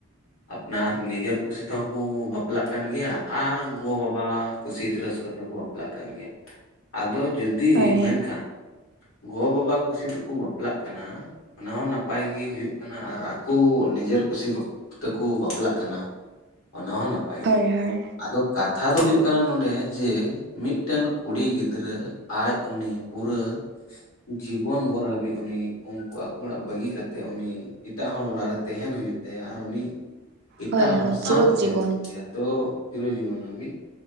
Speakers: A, on the left (about 75°); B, on the right (about 50°).
A: ᱟᱯᱱᱟᱨ ᱱᱤᱡᱮᱨ ᱠᱩᱥᱤ ᱛᱮᱦᱚᱸ ᱠᱩ ᱵᱟᱯᱞᱟᱜ ᱠᱟᱱ ᱜᱮᱭᱟ ᱟᱨ ᱜᱚᱼᱵᱟᱵᱟ ᱠᱩᱥᱤ ᱛᱮ ᱨᱟᱹᱥᱠᱟᱹ ᱛᱮᱦᱚᱸ ᱠᱚ ᱵᱟᱯᱞᱟᱜ ᱠᱟᱱ ᱜᱮᱭᱟ ᱟᱫᱚ ᱡᱩᱫᱤ
B: ᱦᱳᱭ
A: ᱢᱮᱱᱠᱷᱟᱱ ᱜᱚ-ᱵᱟᱵᱟ ᱠᱩᱥᱤ ᱛᱮᱠᱚ ᱵᱟᱯᱞᱟᱜ ᱠᱟᱱᱟ ᱚᱱᱟ ᱦᱚᱸ ᱱᱟᱯᱟᱭ ᱜᱮ ᱦᱩᱭᱩᱜ ᱠᱟᱱᱟ ᱟᱨ ᱟᱠᱚ ᱱᱤᱡᱮᱨ ᱠᱩᱥᱤ ᱛᱮᱠᱚ ᱵᱟᱯᱞᱟᱜ ᱠᱟᱱᱟ ᱚᱱᱟ ᱦᱚᱸ ᱱᱟᱯᱟᱭ
B: ᱦᱳᱭ
A: ᱜᱮ
B: ᱦᱳᱭ
A: ᱟᱫᱚ ᱠᱟᱛ ᱷᱟ ᱫᱚ ᱦᱩᱭᱩᱜ ᱠᱟᱱᱟ ᱱᱚᱰᱮ ᱡᱮ ᱢᱤᱫᱴᱮᱱ ᱠᱩᱲᱤ ᱜᱤᱫᱽᱨᱟᱹ ᱟᱡ ᱩᱱᱤ ᱯᱩᱨᱟᱹ ᱡᱤᱵᱚᱱ ᱵᱷᱚᱨ ᱦᱟᱹᱵᱤᱡ ᱩᱱᱤ ᱩᱱᱠᱩ ᱟᱠᱚ ᱚᱲᱟᱜ ᱵᱟᱹᱜᱤ ᱠᱟᱛᱮᱜ ᱩᱱᱤ ᱮᱴᱟᱜ ᱦᱚᱲ ᱚᱲᱟᱜ ᱨᱮ ᱛᱟᱦᱮᱱ ᱦᱩᱭᱩᱜ ᱛᱟᱭᱟ ᱟᱨ ᱩᱱᱤ ᱮᱴᱟᱜ
B: ᱦᱳᱭ ᱦᱳᱭ
A: ᱦᱚᱲ
B: ᱦᱳᱭ
A: ᱥᱟᱶᱛᱮ
B: ᱪᱤᱨᱚᱠ ᱡᱤᱵᱚᱱ
A: ᱛᱟᱦᱮᱱ ᱦᱩᱭᱩᱜ ᱛᱟᱭᱟ ᱛᱚ ᱪᱤᱨᱚ ᱡᱤᱵᱚᱱ ᱦᱟᱵᱤᱡ